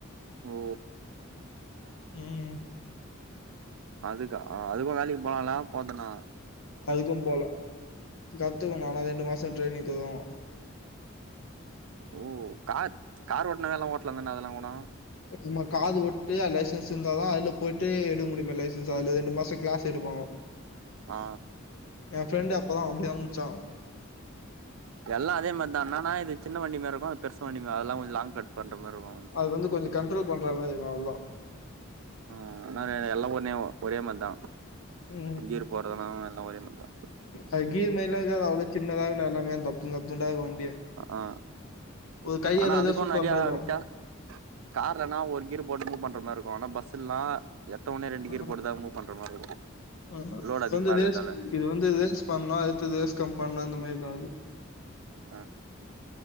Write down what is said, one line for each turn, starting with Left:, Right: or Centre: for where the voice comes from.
Right: ஓ
Left: ம்
Right: அதுக்கா அதுக்கும் வேலைக்கு போலாம்ல போத்தனா
Left: அதுக்கும் போலா கத்துக்கணு ஆனா ரெண்டு மாசோ ட்ரெய்னிங் தருவாங்க
Right: ஓ கார் கார் ஓட்னா அதெல்லா ஓட்லாம் தான அதெல்லா போனா
Left: நம்ம காரு ஓட்டு அ லைசன்ஸ் இந்தாதா அதுல போயிட்டு எடுக்க முடியுமாம் லைசன்ஸ் அதுல ரெண்டு மாசோ கிளாஸ் எடுப்பாங்க
Right: ஆ
Left: என் ஃப்ரெண்டு அப்பதா அப்டிதா முடிச்சா
Right: எல்லாம் அதேமாரிதானா என்னனா இது சின்ன வண்டி மாரிருக்கு அது பெருசு வண்டி அதெல்ல கொஞ்சோ லாங் கட் பண்ற மாரிருக்கு
Left: அது வந்து கொஞ்சோ கண்ட்ரோல் பண்ற மாரி இருக்கு அவ்ளதா
Right: ம் நானே எல்லாம் ஒனே ஒரே மாரிதா
Left: ம்
Right: கீர் போறதலாம் எல்லாம் ஒரே மாரி தா
Left: அது கீர் மாரிலா இருக்காது அவ்ளவு சின்னதா இருக்கும்டா எல்லாமே துண்ட துண்டாக்கு வண்டியே
Right: ஆ
Left: ஒரு கையளவுதா
Right: ஆனா அதுக்கு
Left: சுத்தரமாரிருக்கு
Right: நெறையா வித்தியா கார்லனா ஒரு கீர் போட்டு மூவ் பண்ற மாரிருக்கு ஆனா பஸ்ல்லாம் எத்த உனே ரெண்டு
Left: ம்,
Right: கீர் போட்டுதா மூவ் பண்ற மாரி தாருக்கு
Left: ம்.
Right: லோடு
Left: இது
Right: அதிகமா
Left: வந்து
Right: இருக்கதால
Left: ரேஸ் இது வந்து ரேஸ் பண்ணா அது ரேஸ் கம்மி பண்ணு இந்த மாரிதா அகுது
Right: ஆ